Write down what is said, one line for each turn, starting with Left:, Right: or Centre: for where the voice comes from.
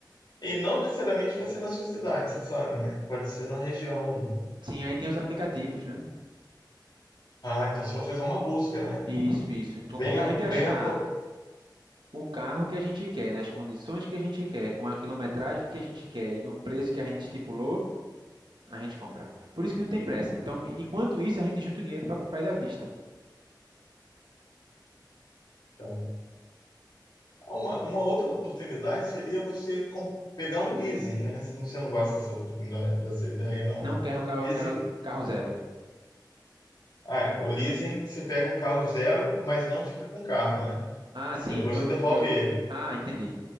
Left: E não necessariamente vai ser na sua cidade, você sabe, né? Pode ser na região aí.
Right: Sim, aí tem os aplicativos, né?
Left: Ah, então você vai fazer uma busca, né?
Right: Isso, isso. Então,
Left: Bem,
Right: quando
Left: a,
Right: a gente achar
Left: bem a, por-
Right: o carro que a gente quer, nas condições que a gente quer, com a quilometragem que a gente quer e no preço que a gente estipulou, a gente compra. Por isso que não tem pressa. Então, e- enquanto isso, a gente junta o dinheiro para comprar ele à vista.
Left: então, uma, uma outra oportunidade seria você com- pegar um leasing, né? Se Você não gosta dessa oportunidade, dessa ideia, não?
Right: Não quero carro,
Left: Leasing.
Right: carro, carro zero.
Left: Ah, o leasing, você pega um carro zero, mas não fica com o carro, né?
Right: Ah, sim,
Left: Depois
Right: eu,
Left: você devolve
Right: eu.
Left: ele.
Right: Ah, entendi.